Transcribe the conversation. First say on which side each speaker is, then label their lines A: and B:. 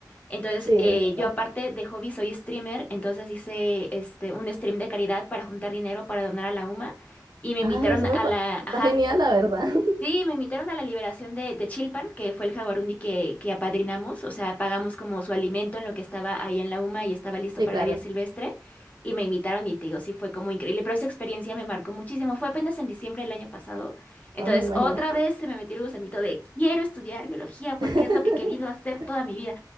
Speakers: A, on the left; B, on the right.
A: Entonces,
B: Sí,
A: eh,
B: es verdad.
A: yo aparte de hobby soy streamer, entonces hice este, un stream de caridad para juntar dinero para donar a la UMA y me invitaron
B: Ay, eso me
A: a
B: pa-
A: la,
B: está
A: ajá,
B: genial, la verdad. <laughs>
A: Sí, me invitaron a la liberación de, de Chilpan, que fue el jaguarundi que, que apadrinamos, o sea, pagamos como su alimento en lo que estaba ahí en la UMA y estaba listo
B: Sí,
A: para
B: claro.
A: la vida silvestre, y me invitaron y te digo, sí fue como increíble, pero esa experiencia me marcó muchísimo, fue apenas en diciembre del año pasado, entonces
B: Ay, imagínate.
A: otra vez se me metió el gusanito de quiero estudiar biología porque
B: <laughs>
A: es lo que he querido hacer toda mi vida,